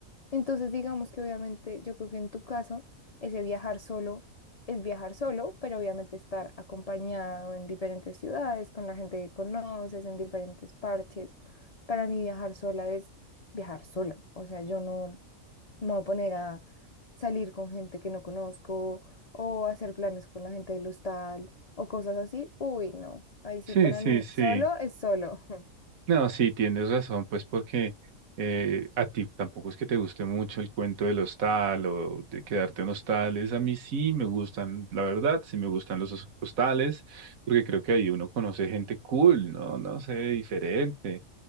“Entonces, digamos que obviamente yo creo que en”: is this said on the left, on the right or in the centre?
Left